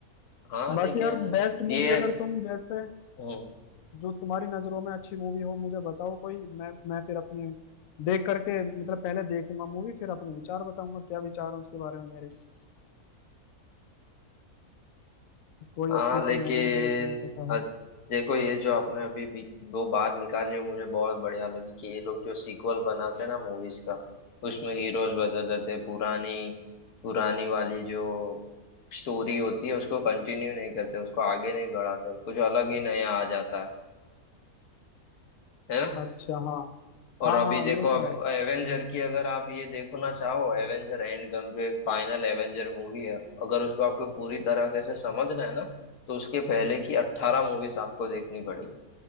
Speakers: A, on the left; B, on the left.
A: हाँ
B: बाकी
A: लेकिन
B: यार बेस्ट
A: ये
B: मूवी अगर तुम जैसे
A: हम्म
B: जो तुम्हारी नजरों में अच्छी मूवी हो मुझे बताओ कोई मैं मैं फिर अपने देख करके मतलब पहले देखूंगा मूवी फिर अपने विचार बताऊंगा क्या विचार है उसके बारे में मेरे कोई
A: <laughs> हाँ
B: अच्छी
A: लेकिन
B: सी मूवी जो तुम्हें पता हो
A: अ, देखो ये जो आपने अभी भी दो बात निकाली वो मुझे बहुत बढ़िया लगी कि ये लोग जो सीक्वल बनाते हैं ना मूवीज का उसमें हीरोज बदल देते हैं पुरानी पुरानी वाली जो स्टोरी होती है उसको कंटिन्यू नहीं करते उसको आगे नहीं बढ़ाते कुछ अलग ही नया आ जाता है है ना
B: अच्छा हाँ
A: और
B: हाँ
A: अभी
B: हाँ
A: देखो
B: ये
A: अब
B: तो है
A: एवेंजर की अगर आप ये देखना चाहो एवेंजर एंड गम जो एक फाइनल एवेंजर मूवी है अगर उसको आपको पूरी तरह से समझना है ना तो उसके पहले की अट्ठारह मूवीज आपको देखनी पड़ेगी